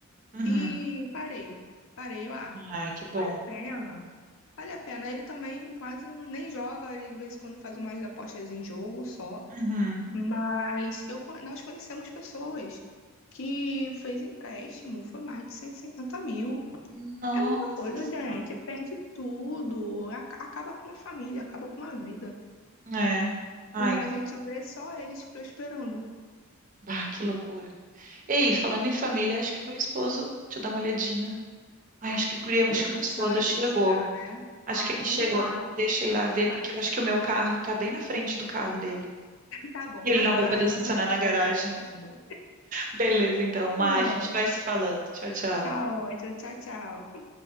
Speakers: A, on the right (about 35°); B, on the left (about 65°).
A: uhum.
B: e parei. Parei, eu, ah,
A: Ai, que bom.
B: vale a pena. Vale a pena. Ele também quase nem joga, ele de vez em quando faz umas apostas em jogo só.
A: Uhum.
B: Mas eu, con- nós conhecemos pessoas que fez empréstimo, foi mais de 150 mil.
A: Nossa
B: É muita coisa,
A: Senhora.
B: gente. Perde tudo. Ac- Acaba com uma família, acaba com uma vida.
A: É. Ai,
B: E a gente vê só eles prosperando.
A: bah, que loucura. Ei, falando em família, acho que meu esposo. Deixa eu dar uma olhadinha. Ai, acho que, guria, acho
B: Já
A: que meu
B: tá
A: esposo
B: na hora
A: chegou.
B: dele chegar, né?
A: Acho
B: Ah,
A: que ele
B: então
A: chegou.
B: vai lá.
A: Deixa eu ir lá ver,
B: Vai-
A: porque eu acho que o meu carro tá bem na frente do carro dele.
B: Tá bom,
A: E ele
B: vai
A: não
B: lá
A: vai poder
B: e
A: estacionar
B: dá uma atençãozinha
A: na garagem.
B: pra mim.
A: Beleza, então, Má,
B: Tá bom.
A: a gente vai se falando. Tchau, tchau.
B: Tá ótimo. Tchau, tchau.